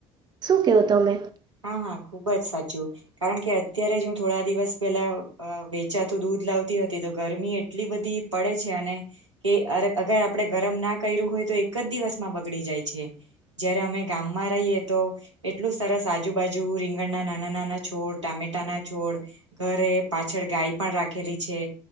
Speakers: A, on the right; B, on the right.
A: શું કહવું હતો મેં
B: હા હા ખુબ જ સાચું કારણ કે અત્યારે જ હું થોડા દિવસ પેલા વેચાતું દૂધ લાવતી હતી તો ગરમી એટલી બધી પડે છે અને કે અ અગર આપણે ગરમ ના કર્યું હોય તો એક જ દિવસમાં બગડી જાય છે જયારે અમે ગામમાં રહીએ તો એટલું સરસ આજુબાજુ રીંગણના નાના નાના છોડ ટામેટાના છોડ ઘરે પાછળ ગાય પણ રાખેલી છે